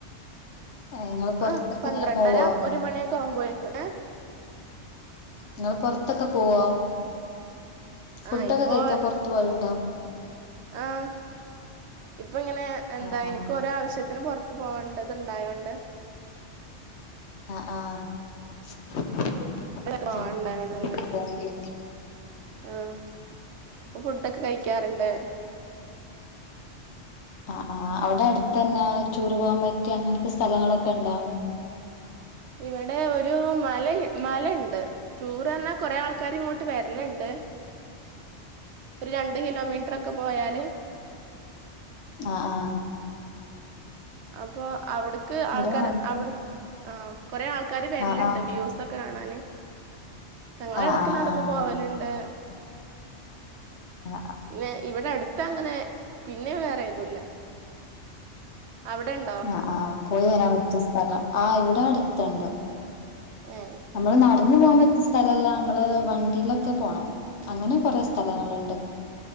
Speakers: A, on the left; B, on the right.
A: ഇങ്ങള് പൊറത്തൊക്കെ
B: ആഹ് പന്ത്രണ്ടെര
A: ഇങ്ങനെ പോവോ
B: ഒരു മണിയൊക്കെ ആവുമ്പോഴേക്ക് ഏഹ്
A: ഇങ്ങെള് പൊർത്തൊക്കെ പോവാേ ഫുഡ്ഡൊക്കെ
B: ആ ഇപ്പൊ
A: കഴിക്ക്യാം പൊർ ത്ത് പോവല്ണ്ടോ
B: ആഹ് ഇപ്പാെ ഇങ്ങെനെ എന്താ
A: ആഹ്
B: ഇൻക്കാെരാവ്ശ്യത്തിന്
A: ആഹ്
B: പൊർ ത്ത് പോവാൻ ണ്ടെത്ണ്ടായോണ്ട്
A: അഹ് ആഹ് <unintelligible>
B: പോവാണ്ടായോണ്ട്
A: പോവെണ്ട്യെരും
B: ആഹ് ഇപ്പൊ ഫുഡ്ഡാെക്കെ കഴിക്ക്യാറ്ണ്ട്
A: അഹ് ആഹ് അവ്ടെ അട്ത്തെന്നാ റ്റൂറ് പോവാം പറ്റ്യ അങ്ങൻത്തെ സ്ഥലങ്ങളൊക്കെണ്ടോ
B: ഇവെടെ ഒരു മലെയ് മലണ്ട് ടൂറ് അർഞ്ഞാ കൊറേ ആൾക്കാര് ഇങ്ങോട്ട് വെര്ല്ണ്ട് ഒര് രണ്ട് കിലോമീറ്റ്റൊക്കെ പോയാല്
A: അഹ് ആഹ്
B: അപ്പോ അവ്ട്ക്ക്
A: ഇവിടെ
B: ആൾക്കാര്
A: അട്
B: അവ്ട് ആഹ് കൊറേ ആൾക്കാര് വെര്ല്ണ്ട്
A: ആഹ്
B: വ്യൂസ് പ്പൊക്കെ കാണാന് ഞങ്ങളെട്ക്ക്
A: ആഹ് ആഹ്
B: നട്ന്ന്
A: ആഹ് ആഹ്
B: പോവല്ണ്ട്
A: ആഹ് അഹ്
B: പിന്നെ ഇവ്ടെ അട്ത്തങ്ങെനെ പിന്നേ വേറേതുല്ലാ അവ്ടെൻ
A: ആഹ് ആഹ് പോയി വെരാം പറ്റ്യ സ്ഥലം ആഹ് ഇവ്ടെ അട്ത്ത്ണ്ട്
B: ഏ
A: ഞമ്മള് നടന്ന് പോകാം പറ്റ്യ സ്ഥലല്ലാ അമ്മെള് വണ്ടീലൊക്കെ പോണം അങ്ങെനെ കൊറേ സ്ഥലങ്ങള്ണ്ട്